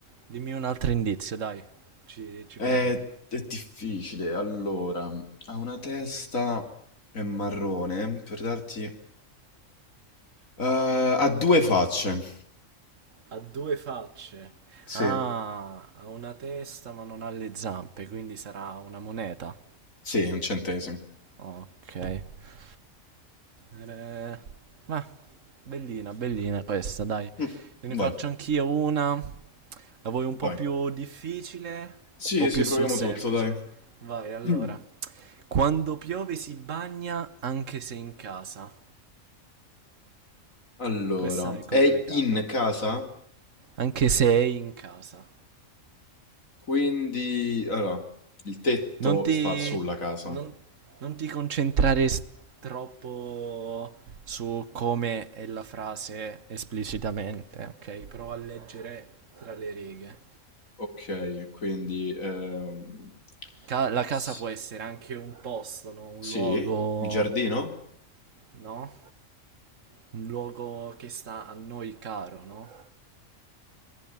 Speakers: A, on the right (about 70°); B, on the left (about 80°).
A: Dimmi un altro indizio, dai. Ci, ci
B: È,
A: provo.
B: è difficile. Allora, ha una testa, è marrone, per darti... eh, ha due facce.
A: Ha due facce.
B: Sì.
A: Ah, ha una testa ma non ha le zampe, quindi sarà una moneta.
B: Sì, è un centesimo.
A: Ok. Eh, eh, ma bellina, bellina questa, dai.
B: Mm,
A: Ne
B: Vai,
A: faccio anch'io una. La vuoi un po'
B: vai.
A: più difficile
B: Sì,
A: o
B: sì,
A: più
B: proviamo
A: sul semplice?
B: tutto, dai.
A: Vai, allora.
B: <clears throat>
A: Quando piove si bagna anche se in casa.
B: Allora,
A: Questa è complicata.
B: è in casa,
A: Anche se è in casa.
B: quindi allora, il tetto
A: Non ti.
B: sta sulla casa.
A: Non, non ti concentrare s- troppo su come è la frase esplicitamente, ok? Prova a leggere tra le righe.
B: Ok, quindi ehm,
A: Ca- la casa
B: s-
A: può essere anche un posto, no? Un
B: sì,
A: luogo,
B: il giardino?
A: no? Un luogo che sta a noi caro, no?